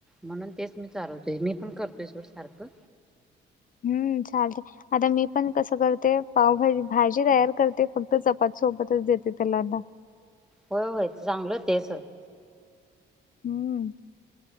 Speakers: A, in the centre; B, on the left.
A: म्हणून तेच मी चारवतोय मी पण करतोय सोड सारखं
B: हम्म चालते आता मी पण कसं करते पावभाजी भाजी तयार करते फक्त चपाती सोबतच देते त्याला आता
A: होय होय चांगलं तेच.
B: हम्म.